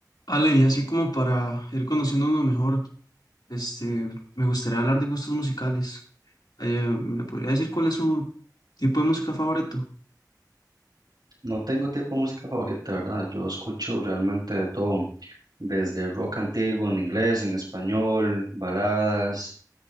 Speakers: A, on the left; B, on the right.
A: Ale, y así como para ir conociéndonos mejor, este, me gustaría hablar de gustos musicales. Eh, ¿me podría decir cuál es su tipo de música favorito?
B: No tengo tipo de música favorita, ¿verdad? Yo escucho realmente de todo, desde rock antiguo en inglés, en español, baladas,